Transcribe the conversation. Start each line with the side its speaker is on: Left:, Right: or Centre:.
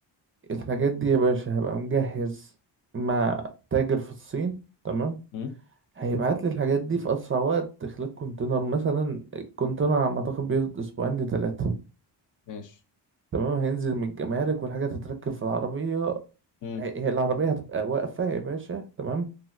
Right: الحاجات دي يا باشا هبقى مجهز مع تاجر في الصين تمام
Left: امم
Right: هيبعت لي الحاجات دي في اسرع وقت خلال كونتينر مثلا الكونتينر على ما اعتقد بياخد اسبوعين لتلاتة
Left: ماشي
Right: تمام هينزل من الجمارك والحاجة تتركب في العربية
Left: امم
Right: هي العربية هتبقى واقفة يا باشا تمام